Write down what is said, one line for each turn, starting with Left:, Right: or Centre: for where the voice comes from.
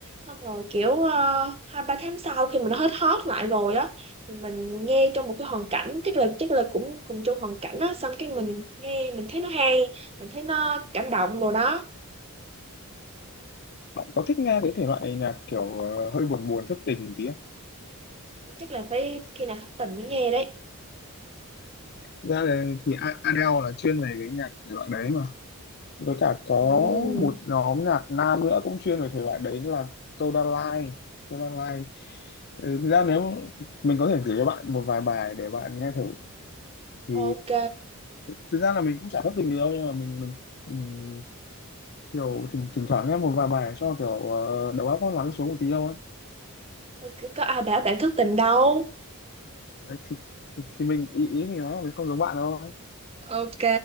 Right: xong rồi kiểu ờ, hai ba tháng sau khi mình nó hết hot lại rồi á thì mình nghe trong một cái hoàn cảnh chắc là chắc là cũng cùng chung hoàn cảnh á xong cái mình nghe mình thấy nó hay mình thấy nó cảm động rồi đó
Left: bạn có thích nghe cái thể loại nhạc kiểu ờ, hơi buồn buồn thất tình một tí không?
Right: chắc là phải khi nào thất tình mới nghe đấy
Left: Thực ra là thì A- Adele là chuyên về cái nhạc thể loại đấy mà với cả có
Right: ừ.
Left: một nhóm nhạc nam nữa cũng chuyên về thể loại đấy là Toda Line Toda Line Ừ, thực ra nếu mình có thể gửi cho bạn một vài bài để bạn nghe thử thì
Right: Ok
Left: thực ra là mình cũng chả thất tình gì đâu nhưng mà mình mình ừm, kiểu thỉnh, thỉnh thoảng nghe một vài bài cho kiểu ờ, đầu óc nó lắng xuống một tí đâu ấy
Right: Ừ, có à đã bạn thức tình đâu
Left: Đấy, thì, thì, thì mình ý ý mình nói là mình không giống bạn đâu ấy.
Right: ok